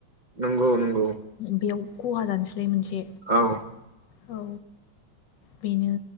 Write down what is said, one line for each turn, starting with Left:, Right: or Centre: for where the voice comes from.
Right: नंगौ नंगौ।
Left: बेयाव खहा जानोसैलाय मोनसे
Right: औ
Left: औ बेनो